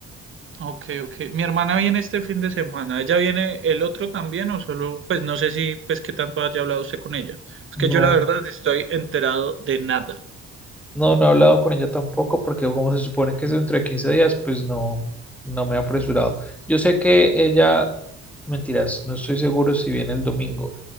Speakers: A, on the right; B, in the centre.
A: Ok, ok. Mi hermana viene este fin de semana. ¿Ella viene el otro también o solo? Pues no sé si, pues qué tanto haya hablado usted con ella. Es
B: No,
A: que yo la verdad estoy enterado de nada.
B: no, no he hablado con ella tampoco, porque como se supone que es dentro de 15 días, pues no, no me he apresurado. Yo sé que ella, mentiras, no estoy seguro si viene el domingo.